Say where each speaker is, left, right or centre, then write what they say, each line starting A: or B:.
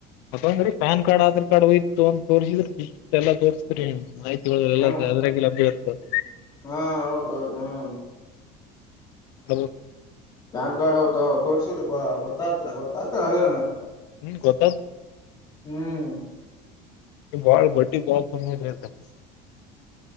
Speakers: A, on the left (about 80°); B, on the left (about 20°).
A: ಅಪ್ಪ ಅಂದ್ರೀ ಪ್ಯಾನ್ ಕಾರ್ಡ್ ಆಧಾರ್ ಕಾರ್ಡ್ ಹಯ್ತು ಅಂತ ತೋರ್ರಿಸಿದ್ರಿಸ ಎಲ್ಲ ತೋರ್ಸಿದ್ರಿ <unintelligible> ಲ್ಲ
B: ಹ್ಮ್
A: ಅದರಾಗಿ ಲಭಿ ಇರ್ತದೆ <unintelligible>
B: ಹಾ ಹೌದ ಹೌದು ಹ್ಮ್
A: ಹ
B: ಪ್ಯಾನ್ ಕಾರ್ಡ್ ಅವ ತೋರ್ಸಿದ ಗೊತ್ತಾಗ್ತರ ಗೊತ್ತಾತ ಅದೇ
A: ಹ್ಮ್ ಗೊತ್ತಾದ್
B: ಹ್ಮ್
A: ಈ ಬಾಳ್ ಬಡ್ಡಿ ಬಾಳ್ ಕಮ್ಮ ಇದ್ರೆ ಅ
B: <inaudible>